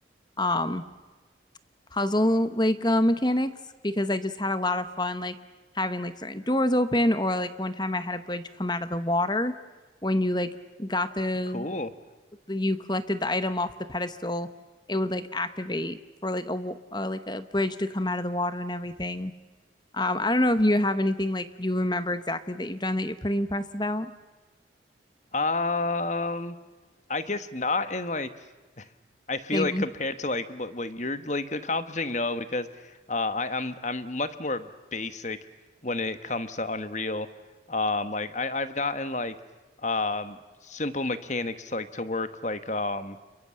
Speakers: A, on the left (about 20°); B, on the left (about 40°).
A: um, puzzle like uh, mechanics because I just had a lot of fun like having like certain doors open or like one time I had a bridge come out of the water when you like got the
B: cool
A: you collected the item off the pedestal, it would like activate for like a wa- uh, like a bridge to come out of the water and everything. Um, I don't know if you have anything like you remember exactly that you've done that you're pretty impressed about.
B: Um, I guess not in like <laughs> I feel
A: Same.
B: like compared to like what what you're like accomplishing, no, because uh I, I'm I'm much more basic when it comes to Unreal. Um like I, I've gotten like um simple mechanics to like to work like um